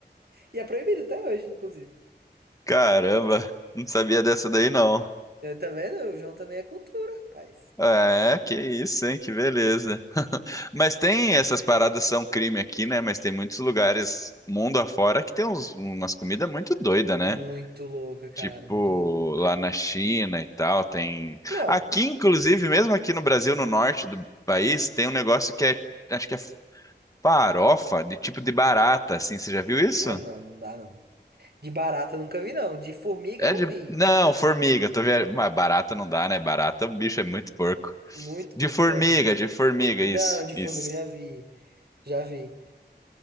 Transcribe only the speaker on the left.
Caramba, não sabia dessa daí não.
É, que isso, hein? Que beleza. Mas tem essas paradas são crime aqui, né? Mas tem muitos lugares mundo afora que tem uns- umas comidas muito doidas, né?
Tipo,
lá na China e tal, tem.
Aqui, inclusive, mesmo aqui no Brasil, no norte do país, tem um negócio que é, acho que é farofa de tipo de barata, assim. Você já viu isso?
É
de.
Não, formiga. Tô vendo. Mas barata não dá, né? Barata, o bicho é muito porco.
De
formiga,
de formiga,
isso,
isso.